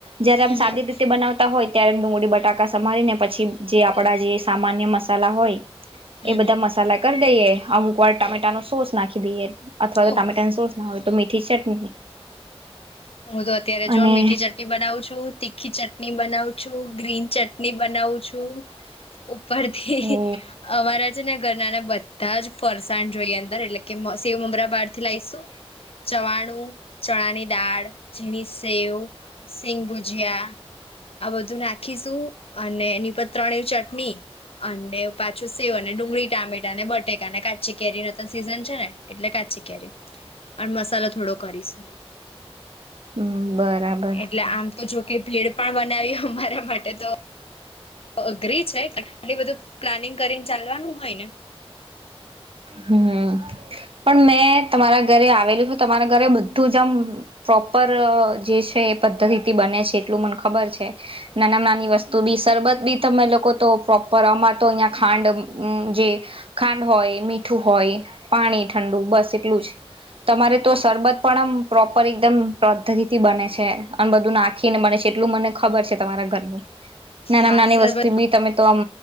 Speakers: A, on the right; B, on the left.
A: જયારે
B: હમ
A: આમ સાદી રીતે બનાવતા હોય. ત્યારે ડુંગળી બટાકા સમારીને પછી જે આપડા જે સામાન્ય મસાલા હોય. એ
B: હમ
A: બધા
B: હમ
A: મસાલા કર દઈએ અમુક વાર ટામેટા નો સોસ નાખી દઈએ. અથવા તો ટમેટાની
B: ઓહો
A: સોસ ના હોય તો મીઠી ચટણી.
B: હું તો અત્યારે
A: અને
B: જોન મીઠી ચટણી બનાવું છું તીખી ચટણી બનાવુ. છુ ગ્રીન ચટ ની બનાવું છું ઉપરથી
A: ઓ
B: અમારા છે ને ઘરનાને બધા જ ફરસાણ જોઈએ અંદર એટલે કે સેવ મમરા બાર થી લાવશું ચવાણું ચણાની દાળ ઘની સેવ, સિંગ ભુજિયા આ બધું નાખીશું. અને એની પર ત્રણ એવું ચટણી અને પાછું સેવ અને ડુંગળી ટામેટા અને બટેકાને કાચી કેરી ના તો સીઝન છે ને એટલે કા ચી કેરી. અને મસાલો થોડો કરીશું.
A: હમ્મ બરાબર.
B: એટલે આમ તો જોકે ભેડ પણ બનાવ્યું અમારા માટે તો અઘરી છે કે આટલી બધું પ્લાનિંગ કરીને ચાલવાનું. હોને.
A: હમ, પણ મેં તમારા ઘરે આવેલું હું તમારા ઘરે બધું જ આમ પ્રોપર જે છે એ પદ્ધતિથી બને છે એટલું મને ખબર છે, નાનામાં નાની વસ્તુ બી સરબત બી તમે લોકો તો પ્રોપર અમાર તો અહંયા ખાંડ જે, ખાંડ હોય એ ઠું હોય, પાણી ઠંડુ બસ એટલું જ, તમારે તો શરબત પણ આમ પ્રોપર એકદમ પદ્ધતિથી બને છે, અને બધું નાખીને બને છે એટલું મને ખબર છે તમારા ઘરનું. નાનામા
B: હા
A: નાની
B: સરબત
A: વસ્તુ બી તમે તો આમ